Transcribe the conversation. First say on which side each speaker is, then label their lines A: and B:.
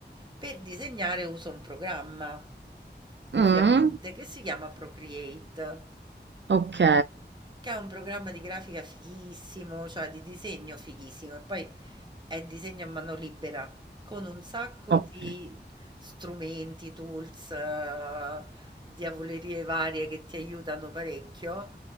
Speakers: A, on the right; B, on the right.
A: Per disegnare uso un programma, ovviamente,
B: Mm.
A: che si chiama Procreate.
B: Ok,
A: Che ha un programma di grafica fighissimo, cioè di disegno fighissimo, e poi è disegno a mano libera, con un sacco
B: ok.
A: di strumenti, tools, eh, diavolerie varie che ti aiutano parecchio,